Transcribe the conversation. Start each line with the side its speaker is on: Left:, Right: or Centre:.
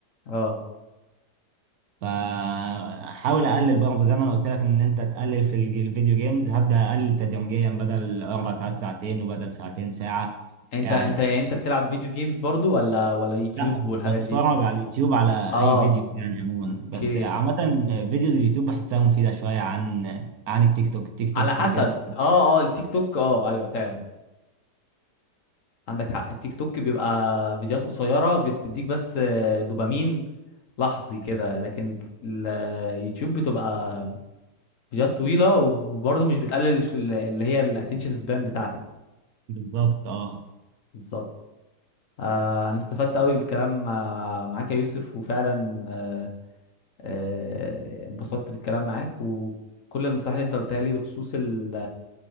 Left: اه
Right: فحاول اقلل برضه زي ما انا قلت لك ان انت تقلل في الج- الفيديو جيمز هبدأ اقلل تدريجيا بدل اربع ساعات ساعتين وبدل ساعتين ساعة
Left: انت
Right: يعني
Left: انت يعني انت بتلعب فيديو جيمز برضو ولا ولا يوتيوب
Right: لا
Left: والحاجات
Right: بتفرج
Left: دي
Right: على اليوتيوب على
Left: اه
Right: اي فيديو يعني عموما
Left: اوكي
Right: بس عامة فيديوز اليوتيوب بحسها مفيدة شوية عن عن التيك توك التيك
Left: على
Right: توك
Left: حسب
Right: فيديوهات
Left: اه اه التيك توك اه ايوه فعلا عندك حق التيك توك بيبقى فيديوهات قصيرة بتديك بس آه، دوبامين لحظي كده لكن اليوتيوب بتبقى فيديوهات طويلة وبرضه مش بتقلل ش- اللي هي الاتنشن سبان بتاعتك
Right: بالظبط اه
Left: بالظبط آه انا استفدت قوي بالكلام آه، معاك يا يوسف وفعلا آه، آه، انبسطت بالكلام معاك وكل النصائح اللي انت قلتها لي بخصوص ال